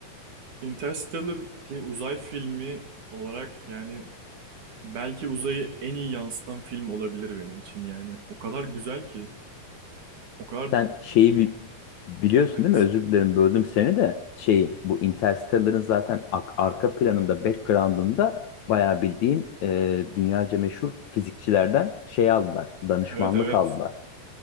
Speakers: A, on the right; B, on the left.
A: Interstellar bir uzay filmi olarak yani belki uzayı en iyi yansıtan film olabilir benim için yani. O kadar güzel ki. O kadar
B: sen şeyi bi- biliyorsun
A: hangisi?
B: değil mi? Özür dilerim böldüm seni de. Şeyi bu Interstellar'ın zaten ak- arka planında, background'ında bayağı bildiğin e, dünyaca meşhur fizikçilerden şey aldılar, danışmanlık
A: Evet evet.
B: aldılar.